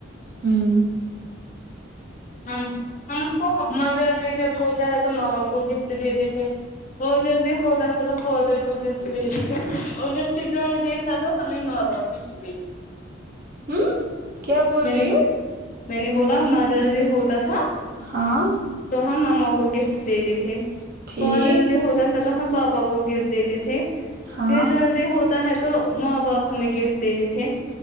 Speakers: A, on the right; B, on the left.
A: ہوں
B: ہم ہم کو مدرسی جب ہوتا ہے تو ماما کو گفٹ دیتے تھے مدر جی ہوتا تھا تو فادر کو گفٹ دیتے تھے اور جب فی تھا تو ہمیں ن دے دیتے
A: ہوں کیا بول
B: میں
A: رہی
B: نے
A: ہوں
B: میں نے بولا مادر ج ہوتا ہاں
A: ہاں
B: تو ہم ماما کو گفٹ دیتے تھے
A: ٹھیک
B: بدر ج جو ہوتا س تو ہم پاپا کو گفٹ دیتے تھے
A: ہاں
B: ج ڈرل ج ہوتا ہے تو تو ماں باپ ہمیں گفٹ دیتے تھے